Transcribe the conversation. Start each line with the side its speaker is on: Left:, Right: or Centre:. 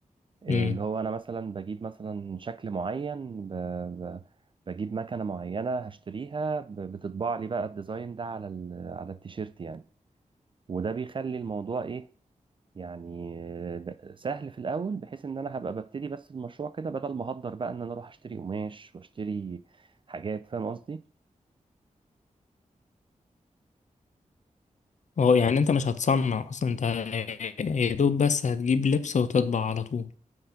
Right: آه،
Left: امم
Right: اللي هو أنا مثلا بجيب مثلا شكل معين ب- ب- بجيب مكنة معينة هشتريها ب- بتطبع لي بقى الديزاين ده على ال- على التيشيرت يعني وده بيخلي الموضوع ايه يعني آه، سهل في الاول بحيث ان انا هبقى ببتدي بس المشروع كده بدل ما هقدر بقى ان انا اروح اشتري قماش واشتري حاجات فاهم قصدي
Left: اه يعني انت مش هتصنع اصلا انت يا دوب بس هتجيب لبس وتطبع على طول